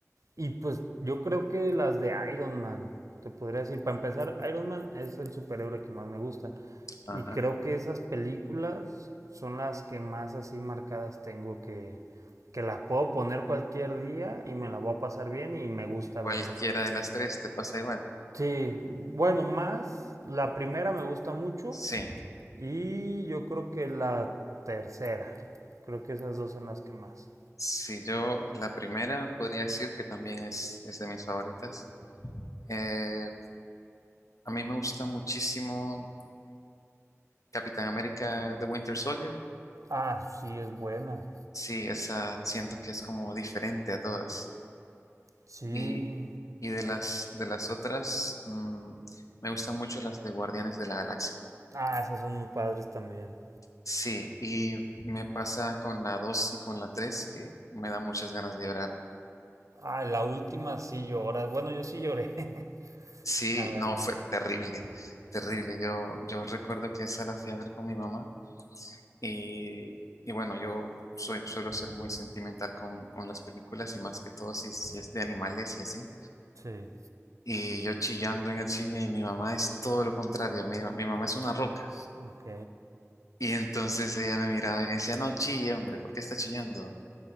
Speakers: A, on the right; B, on the left.
A: y pues yo creo que las de Iron Man, te podría decir, para empezar, Iron Man es el superhéroe que más me gusta.
B: ajá.
A: Y creo que esas películas son las que más así marcadas tengo que, que las puedo poner cualquier día y me la voy a pasar bien y me gusta
B: Cualquiera
A: verla.
B: de las tres te pasa igual.
A: Sí, bueno, más la primera me gusta mucho
B: Sí,
A: y yo creo que la tercera. Creo que esas dos son las que más.
B: si yo la primera podría decir que también es, es de mis favoritas. Eh, a mí me gusta muchísimo Capitán América The Winter Soldier.
A: Ah, sí, es buena.
B: Sí, esa siento que es como diferente a todas.
A: Sí.
B: Y, y de las, de las otras, mm, me gustan mucho las de Guardianes de la Galaxia.
A: Ah, esas son muy padres también.
B: Sí, y me pasa con la 2 y con la 3 que me da muchas ganas de llorar.
A: Ah, la última sí lloras. Bueno, yo sí lloré, <laughs>
B: Sí,
A: la verdad.
B: no, fue terrible, terrible. Yo, yo recuerdo que esa la fui a ver con mi mamá y, y bueno, yo soy, suelo ser muy sentimental con, con las películas y más que todo si, si es de animales y así.
A: Sí.
B: Y yo chillando en el cine y mi mamá es todo lo contrario, mi, mi mamá es una roca.
A: Ok.
B: Y entonces ella me miraba y me decía, no chille, hombre, ¿por qué está chillando?